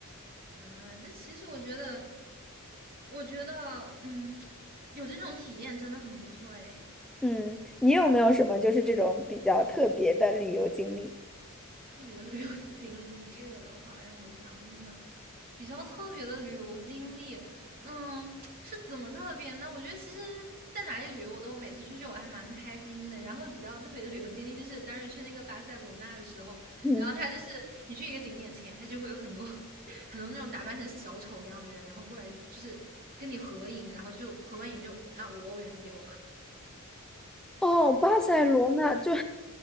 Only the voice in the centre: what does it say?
嗯，你有没有什么就是这种比较特别的旅游经历？
嗯。
哦，巴塞罗那就